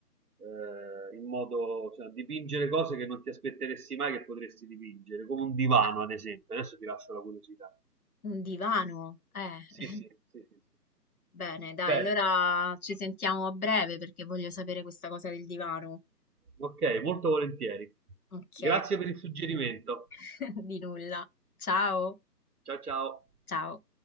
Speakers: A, on the right; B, on the left.
A: eh, in modo, cioè dipingere cose che non ti aspetteresti mai che potresti dipingere, come un divano
B: Ah,
A: ad esempio. Adesso ti lascio la curiosità.
B: un divano, eh.
A: Sì,
B: <laughs>
A: sì, sì, sì. sì.
B: Bene, dai,
A: Bene.
B: allora ci sentiamo a breve perché voglio sapere questa cosa del divano.
A: Ok, molto volentieri.
B: Ok.
A: Grazie per il suggerimento.
B: <laughs> Di nulla. Ciao.
A: Ciao ciao.
B: Ciao.